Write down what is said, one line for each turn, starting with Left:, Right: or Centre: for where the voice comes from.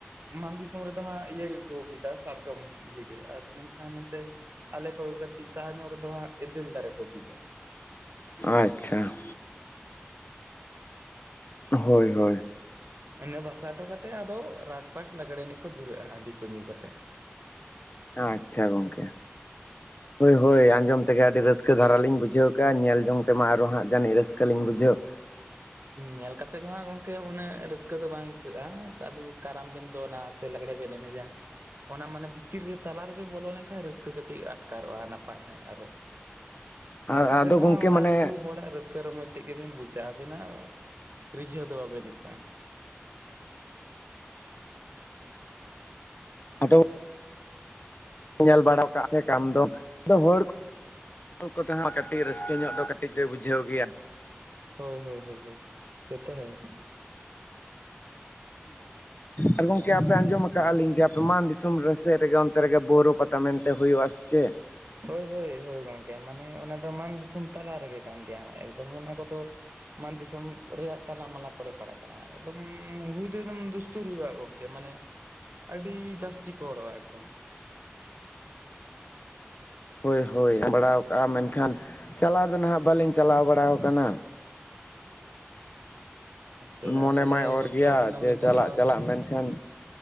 Right: ᱢᱟᱱ ᱫᱤᱥᱚᱢ ᱨᱮᱫᱚ ᱦᱟᱸᱜ ᱤᱭᱟᱹ ᱜᱮᱠᱚ ᱵᱤᱫᱟ ᱥᱟᱨᱡᱚᱢ ᱤᱭᱟᱹ ᱜᱮ, ᱟᱨ ᱢᱮᱱᱠᱷᱟᱱ ᱱᱚᱛᱮ ᱟᱞᱮ ᱠᱷᱚᱡ ᱦᱚᱸ ᱠᱟᱹᱴᱤᱡ ᱥᱟᱦᱟ ᱧᱚᱜ ᱨᱮᱫᱚ ᱦᱟᱸᱜ ᱮᱫᱮᱞ ᱫᱟᱨᱮ ᱠᱚ ᱵᱤᱫᱟ,
Left: ᱟᱪᱪᱷᱟ, ᱦᱳᱭ ᱦᱳᱭ,
Right: ᱤᱱᱟᱹ ᱵᱟᱷᱟᱥᱟᱣ ᱴᱚ ᱠᱟᱛᱮᱜ ᱟᱫᱚ ᱨᱟᱴ ᱯᱟᱴ ᱞᱟᱜᱽᱲᱮ ᱮᱱᱮᱡ ᱠᱚ ᱫᱷᱩᱨᱟᱹᱜᱼᱟ ᱦᱟᱺᱰᱤ ᱠᱚ ᱧᱩ ᱠᱟᱛᱮᱫ,
Left: ᱟᱪᱪᱷᱟ ᱜᱚᱝᱠᱮ, ᱦᱳᱭ᱾ ᱦᱳᱭ ᱟᱸᱡᱚᱢ ᱛᱮᱜᱮ ᱟᱹᱰᱤ ᱨᱟᱹᱥᱠᱟᱹ ᱫᱷᱟᱨᱟ ᱞᱤᱧᱩᱡᱷᱟᱹᱣ ᱠᱮᱜᱼᱟ ᱧᱮᱞ ᱡᱚᱝ ᱛᱮᱢᱟ ᱟᱨᱚ ᱦᱟᱸᱜ ᱡᱟᱹᱱᱤᱡ ᱨᱟᱹᱥᱠᱟᱹᱞᱤᱧ ᱵᱩᱡᱷᱟᱹᱣ। ᱟᱨ
Right: ᱧᱮᱞ ᱠᱟᱛᱮᱜ ᱫᱚ ᱦᱟᱸᱜ ᱜᱚᱝᱠᱮ ᱩᱱᱟᱹᱜ ᱨᱟᱹᱥᱠᱟᱹ। ᱠᱟᱹ ᱫᱚ ᱵᱟᱝ ᱟᱹᱭᱠᱟᱹᱜᱼᱟ ᱠᱟᱨᱟᱢ ᱵᱮᱱ ᱫᱚᱱᱟ ᱥᱮ ᱞᱟᱜᱽᱲᱮ ᱵᱮᱱ ᱮᱱᱮᱡᱟ। ᱚᱱᱟ ᱢᱟᱱᱮ ᱵᱷᱤᱛᱤᱨ ᱨᱮ ᱛᱟᱞᱟ ᱨᱮᱵᱮ ᱵᱚᱞᱚ ᱞᱮᱱᱠᱷᱟᱱ ᱨᱟᱹᱥᱠᱟᱹ ᱠᱟᱹᱴᱤᱡ ᱟᱴᱠᱟᱨᱚᱜᱼᱟ ᱱᱟᱯᱟᱭ ᱥᱟᱺᱦᱤᱡ ᱟᱨᱚ।
Left: <inaudible>
Right: ᱧᱮᱞ ᱠᱟᱛᱮᱫ
Left: ᱟᱫᱚ
Right: ᱫᱚ
Left: ᱜᱚᱝᱠᱮ
Right: ᱦᱟᱜ ᱚᱱᱟ
Left: ᱢᱟᱱᱮ
Right: ᱩᱱᱠᱩ ᱦᱚᱲᱟᱜ ᱨᱟᱹᱥᱠᱟᱹ। ᱨᱟᱹᱥᱠᱟᱹ ᱨᱚᱢᱚᱡᱽ ᱛᱮ ᱜᱮᱵᱤᱱ ᱵᱩᱡᱷ ᱟᱵᱮᱱᱟᱜ ᱨᱤᱡᱷᱟᱹᱣ ᱫᱚ ᱵᱟᱵᱮᱱ ᱟᱹᱭᱠᱟᱹᱼᱟ।
Left: ᱟᱫᱚ, ᱧᱮᱞ ᱵᱟᱲᱟ ᱠᱟᱜ ᱥᱮ ᱠᱟᱢ ᱫᱚ ᱟᱫᱚ ᱦᱚᱲ। ᱠᱚᱛᱮᱦᱚᱸ ᱠᱟᱹᱴᱤᱡ ᱨᱟᱹᱥᱠᱟᱹ ᱧᱚᱜ ᱫᱚ ᱠᱟᱹᱴᱤᱡ ᱫᱚᱭ ᱵᱩᱡᱷᱟᱹᱣ ᱜᱮᱭᱟ।
Right: ᱦᱳᱭ ᱦᱳᱭ ᱦᱳᱭ ᱦᱳᱭ ᱥᱮᱛᱚ ᱦᱮᱸ।
Left: ᱟᱨ ᱜᱚᱢᱠᱮ ᱟᱯᱮ ᱟᱸᱡᱚᱢ ᱟᱠᱟᱜᱼᱟ ᱞᱤᱧ ᱡᱮ ᱟᱯᱮ ᱢᱟᱱ ᱫᱤᱥᱚᱢ ᱨᱮ ᱥᱮᱫ ᱨᱮᱜᱮ ᱚᱱᱛᱮ ᱨᱮᱜᱮ ᱵᱳᱨᱳ ᱯᱟᱛᱟ ᱢᱮᱱᱛᱮ ᱦᱩᱭᱩᱜᱼᱟ ᱥᱮ ᱪᱮᱫ।
Right: ᱦᱳᱭ ᱦᱳᱭ ᱦᱳᱭ ᱜᱚᱢᱠᱮ ᱢᱟᱱᱮ ᱚᱱᱟ ᱫᱚ ᱢᱟᱱ ᱫᱤᱥᱚᱢ ᱛᱟᱞᱟ ᱨᱮᱜᱮ ᱠᱟᱱ ᱜᱮᱭᱟ ᱮᱠᱫᱚᱢ ᱚᱱᱟ ᱠᱚᱫᱚ। ᱢᱟᱱ ᱫᱤᱥᱚᱢ ᱨᱮᱭᱟᱜ ᱛᱟᱞᱟ ᱢᱟᱞᱟ ᱠᱚᱨᱮ ᱯᱟᱲᱟᱜ ᱠᱟᱱᱟ ᱮᱠᱫᱚᱢ ᱦᱩᱭ ᱫᱚ ᱮᱠᱫᱚᱢ ᱫᱩᱥᱛᱩᱨ ᱦᱩᱭᱩᱜᱼᱟ ᱜᱚᱢᱠᱮ। ᱛᱮ ᱢᱟᱱᱮ ᱟᱹᱰᱤ ᱡᱟᱹᱥᱛᱤ ᱠᱚ ᱦᱚᱲᱚᱜᱼᱟ ᱮᱠᱫᱚᱢ।
Left: ᱦᱳᱭ ᱦᱳᱭ ᱮᱢ ᱵᱟᱲᱟ ᱠᱟᱜᱼᱟ ᱢᱮᱱᱠᱷᱟᱱ ᱪᱟᱞᱟᱣ ᱫᱚ ᱱᱟᱦᱟᱜ ᱵᱟᱹᱞᱤᱧ ᱪᱟᱞᱟᱣ ᱵᱟᱲᱟ ᱟᱠᱟᱱᱟ।
Right: ᱫᱮᱞᱟ
Left: ᱢᱚᱱᱮ
Right: ᱛᱟᱦᱚᱞᱮ
Left: ᱢᱟᱭ ᱚᱨ
Right: ᱜᱚᱝᱠᱮ
Left: ᱜᱮᱭᱟ
Right: ᱟᱵᱮᱱ ᱫᱚ
Left: ᱡᱮ
Right: ᱢᱤᱫ
Left: ᱪᱟᱞᱟᱜ
Right: ᱫᱷᱟᱣ
Left: ᱪᱟᱞᱟᱜ ᱢᱮᱱᱠᱷᱟᱱ।